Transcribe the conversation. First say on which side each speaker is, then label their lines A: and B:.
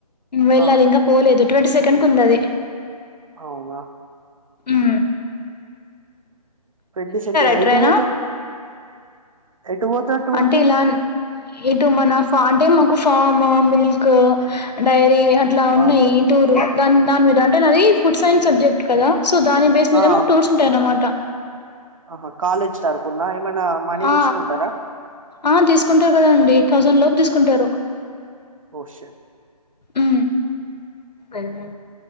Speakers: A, on the left; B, on the right.
A: వెళ్ళాలి
B: ఆ
A: ఇంక పోలేదు. ట్వంటీ సెకండ్ కు ఉందది
B: అవునా
A: ఉ
B: ట్వంటీ సెకన్
A: ఎటైనా
B: ఎటు వోతర్ ఎటు పోతర్ టూర్
A: అంటే
B: కి
A: ఇలా ఇటు మన ఫ అంటే మాకు ఫాము మిల్క్ డైరీ ఇ అట్లా ఉన్నాయి
B: ఆ
A: టూరు దాన్ దాని మీద అంటే నాది ఫుడ్ సైన్స్ సబ్జెక్ట్ కదా సో దాని బేస్ మీదేమో
B: ఆ
A: టూర్స్ ఉంటాయి అన్నమాట
B: ఆహా కాలేజ్ తరపున ఏమైనా మనీ
A: ఆ
B: తీసుకుంటారా
A: ఆ తీసుకుంటా కదండి థౌజండ్ లోప్ తీసుకుంటారు
B: ఓ షట్
A: ఉ అన్నే